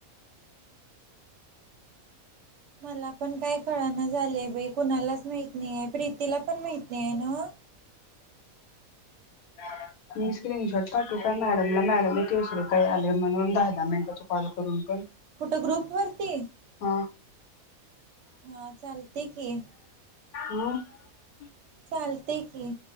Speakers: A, on the right; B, on the left.
A: मला पण काय कळण झालंय बाय कुणालाच माहित नाही आहे प्रीतीला पण माहित नाहीय ना
B: रिकामा ऑडिओ स्क्रीनशॉट पाठवू का मॅडमला मॅडम एक केसरी काय आलय म्हणून दहा दहा मिनिटाच कॉल करून पण
A: कुठ ग्रुप वरती?
B: हा
A: हा चालते की
B: रिकामा ऑडिओ
A: चालतय की,